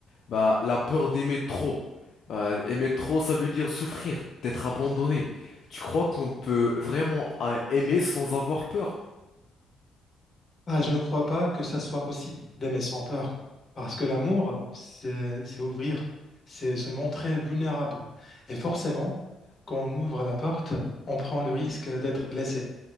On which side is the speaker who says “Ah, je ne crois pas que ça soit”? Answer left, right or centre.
Left